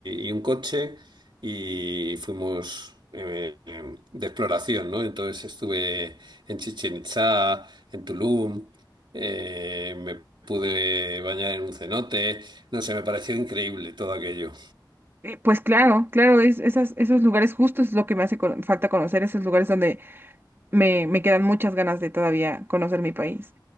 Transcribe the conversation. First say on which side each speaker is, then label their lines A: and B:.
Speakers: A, on the right; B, on the right.
A: y un coche y fuimos eh, em, de exploración, ¿no? Entonces estuve en Chichen Itzá, en Tulum, eh, me pude bañar en un cenote, no sé, me pareció increíble todo aquello.
B: Eh, pues claro, claro, es, esas, esos lugares justos es lo que me hace cono- falta conocer, esos lugares donde me, me quedan muchas ganas de todavía conocer mi país.